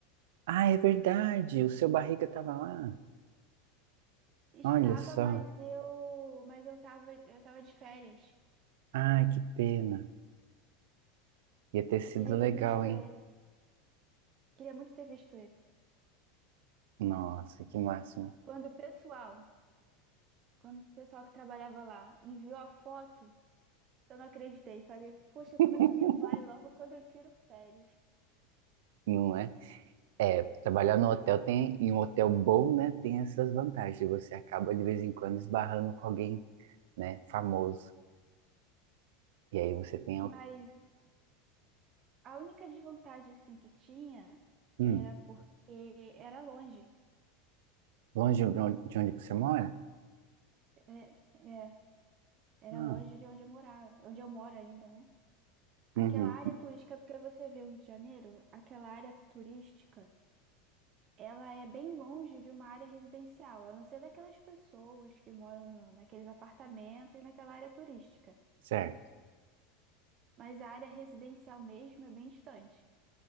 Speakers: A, on the right; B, on the right.
A: Ah, é verdade, o seu barriga tava lá.
B: Estava,
A: Olha só.
B: mas eu, mas eu tava, eu tava de férias.
A: Ai, que pena. Ia ter sido
B: Eu queria
A: legal,
B: ter visto
A: hein?
B: ele. Queria muito ter visto ele.
A: Nossa, que máximo.
B: Quando o pessoal, quando o pessoal que trabalhava lá enviou a foto, eu não acreditei. Falei, poxa,
A: <laughs>
B: como é que ele vai logo quando eu tiro férias?
A: Não é? É, trabalhar no hotel tem, em um hotel bom, né, tem essas vantagens. Você acaba de vez em quando esbarrando com alguém, né, famoso. E aí você tem, al-
B: Mas a única desvantagem assim que tinha
A: hum,
B: era porque era longe.
A: longe de onde de onde você mora?
B: É, é, era
A: Ah,
B: longe de onde eu morava, onde eu moro ainda, né? Aquela
A: uhum,
B: área turística, porque você vê o Rio de Janeiro, aquela área turística ela é bem longe de uma área residencial, a não ser daquelas pessoas que moram no- naqueles apartamentos e naquela área turística.
A: certo.
B: Mas a área residencial mesmo é bem distante.